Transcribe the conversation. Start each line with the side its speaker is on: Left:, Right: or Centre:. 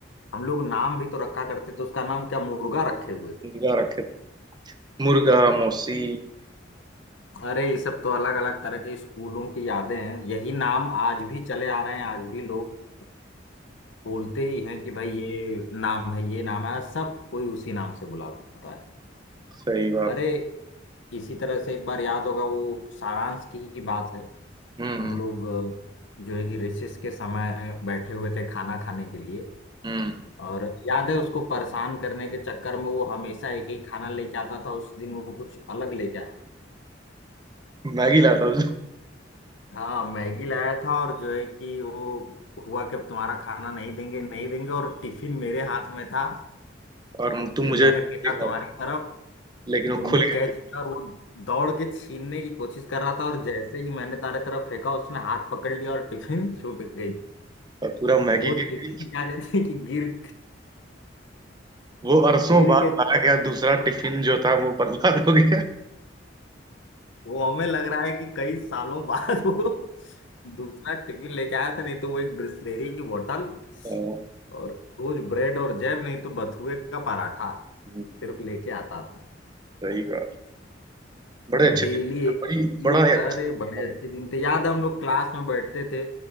Left: हम लोग नाम भी तो रखा करते थे उसका नाम क्या मुर्गा रखे हुए
Right: मुर्गा रखे थे मुर्गा मौसी
Left: अरे ये सब तो अलग अलग तरह के स्कूलों की यादें हैं यही नाम आज भी चले आ रहे हैं आज भी लोग बोलते ही हैं कि भाई ये नाम है ये नाम है सब कोई उसी नाम से बुलाता है
Right: सही बात
Left: अरे इसी तरह से एक बार याद होगा वो सारांश की ही बात है
Right: हम्म
Left: हम लोग अ, जो है कि रिसेस के समय बैठे हुए थे खाना खाने के लिए
Right: हम्म
Left: और याद है उसको परेशान करने के चक्कर में वो हमेशा एक ही खाना लेके आता था उस दिन वो कुछ अलग लेके आया
Right: मैगी लाता हूँ
Left: हाँ मैगी लाया था और जो है कि वो हुआ कि अब तुम्हारा खाना नहीं देंगे नहीं देंगे और टिफिन मेरे हाथ में था
Right: और तुम
Left: फिर
Right: मुझे
Left: मैंने
Right: एक
Left: फेंका तुम्हारी
Right: लाते।
Left: तरफ
Right: लेकिन वो
Left: तुमने
Right: खुल गया
Left: कैच
Right: टिफिन।
Left: किया और वो दौड़ के छीनने की कोशिश कर रहा था और जैसे ही मैंने तुम्हारे तरफ फेंका उसने हाथ पकड़ लिया और टिफिन छूट गई
Right: और पूरा मैगी
Left: वो
Right: गिर
Left: टिफिन
Right: गई
Left: क्या कहते हैं कि गिर
Right: वो अरसों
Left: गिर
Right: बाद
Left: के
Right: लाया गया दूसरा टिफिन जो था वो बर्बाद हो गया
Left: वो हमें लग रहा है कि कई सालों <laughs> बाद वो दूसरा टिफिन लेके आया था नहीं तो वो एक ब्रिस्लेरी की बोतल
Right: हाँ,
Left: और रोज ब्रेड और जैम नहीं तो बथुए का पराठा
Right: हम्म,
Left: सिर्फ लेके आता था
Right: सही बात बड़े
Left: और
Right: अच्छे
Left: डेली
Right: दिन थे।
Left: एक
Right: बड़ी
Left: ही चीज
Right: बड़ा ही अच्छा
Left: अरे बड़े अच्छे दिन थे याद है हम लोग क्लास में बैठते थे